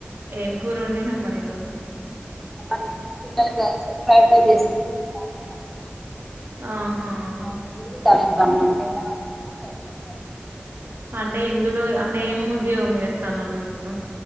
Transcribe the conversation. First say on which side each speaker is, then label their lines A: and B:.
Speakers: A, on the right; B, in the centre.
A: ఏం కూరా ఓండినవ్ మరి రోజు
B: నేను పిల్లలు కలిసి ఫ్రైడ్ రైస్ చేస్తున్నా <unintelligible>
A: ఆహా
B: మయిన కుంది తనంత అన్నం పెద్దవాళ్ళకేమో స్వర్
A: అంటే ఇందులో అంటే ఎమ్ ఉద్యోగం చేస్తాన్నావ్ నువ్ ఇప్పుడు